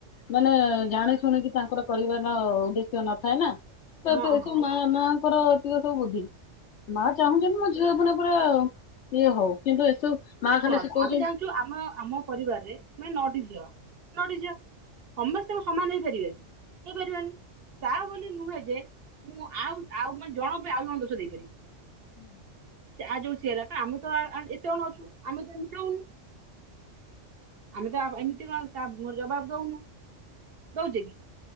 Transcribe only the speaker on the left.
ମାନେ ଜାଣ ଶୁଣିକି ତାଙ୍କର କହିବାର ଉଦ୍ଦେଶ୍ୟ ନଥାଏ ନା ତ
ଏ ସବୁ
ମା ମା ର ସବୁ ବୁଦ୍ଧ ମା ଚାହୁଁଛନ୍ତି ମୋ ଝିଅ ପୁଣି ପୁରା ଇଏ ହଉ କିନ୍ତୁ ଏସବୁ ମା
ଖାଲି ସେ କହୁଛନ୍ତି
ହୁଁ।